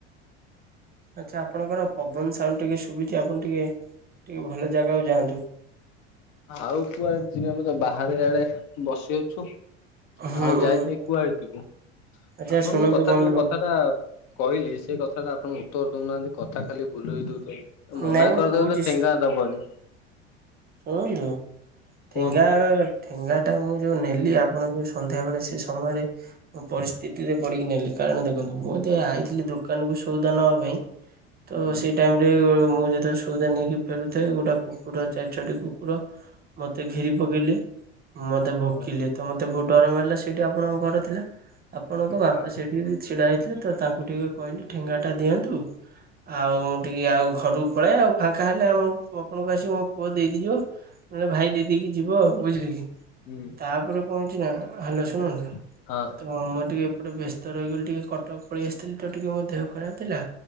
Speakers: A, on the right; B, on the left.
A: ଆଚ୍ଛା ଆପଣଙ୍କର ପବନ ସାଉଣ୍ଡ ଟିକେ ଶୁବିଛି ଆପଣ ଟିକେ- ଟିକେ ଭଲ ଜାଗାକୁ ଯାଆନ୍ତୁ।
B: ଆଉ କୁଆଡେ ଯିବି ଆମେ ତ ବାହାରେ ଆଡେ ବସି ଅଛୁ।
A: ହୁଁ
B: ଆଉ ଯାଇ ଯାଇ କୁଆଡେ ଯିବୁ?
A: ଆଚ୍ଛା
B: ଆପଣଙ୍କ
A: ଶୁଣନ୍ତୁ
B: କଥା
A: ବନ୍ଧୁ
B: ଯୋଉ କଥା ଟା କହିଲି ସେ କଥା ଟା ଆପଣ ଉତ୍ତର ଦଉନାହାନ୍ତି? କଥା ଖାଲି ବୁଲେଇ ଦଉଛନ୍ତି ମନା
A: ନାଇଁ ମୁଁ
B: କରିଦବ
A: କହୁଛି
B: ତ ଠେଙ୍ଗା ଦବନି
A: ଶୁଣନ୍ତୁ
B: କୁହନ୍ତୁ।
A: ଠେଙ୍ଗା ଠେଙ୍ଗା ଟା ମୁଁ ଯୋଉ ନେଲି ଆପଣ ଯୋଉ ସନ୍ଧ୍ୟା ବେଳେ ସେ ସମୟରେ ମୁଁ ପରିସ୍ଥିତିରେ ପଡିକି ନେଲି କାରଣ ଦେଖନ୍ତୁ ମୁଁ ଯୋଉ ଆଇଥିଲି ଦୋକାନକୁ ସଉଦା ନେବା ପାଇଁ ତ
B: ହୁଁ
A: ସେଇ ଟାଇମରେ ମୁଁ ଯେତବେଳେ ସୋଉଦା ନେଇକି ଫେରୁଥାଏ ଗୋଟା କୁକୁର ଚାରି ଛଅଟି କୁକୁର ମତେ ଘେରି ପକେଇଲେ ମତେ
B: ହଁ
A: ଭୋକିଲେ ତ ମତେ ବହୁତ ଡର ମାରିଲା ସେଇଠି ଆପଣଙ୍କ ଘର ଥିଲା। ଆପଣଙ୍କ ବାପା
B: ହଁ
A: ସେଇଟି ବି ଛିଡା ହେଇଥିଲେ ତ ତାଙ୍କୁ ଟିକେ କହିଲି ଠେଙ୍ଗା ଟା ଦିଅନ୍ତୁ। ଆଉ ମୁଁ ଟିକେ ଆଉ ଘରୁକୁ ପଳାଏ ଆଉ ଫାଙ୍କା ହେଲେ ଆମ ଆପଣଙ୍କୁ ଆସି ମୁଁ ପୁଅ ଦେଇଦେଇଯିବ ନହେଲେ ଭାଇ ଦେଇଦେଇକି ଯିବ ବୁଝିଲେ କି
B: ହୁଁ
A: ତାପରେ କଣ ହେଇଛି ନା ହାଲୋ ଶୁଣନ୍ତୁ
B: ହଁ
A: ତେଣୁ ମୁଁ ଟିକେ ଏପଟେ ବ୍ୟସ୍ ତ ରଇଗଲି ଟିକେ କଟକ ପଳେଇ ଆସିଥିଲି ତ ଟିକେ ମୋ ଦେହ ଖରାପ ଥିଲା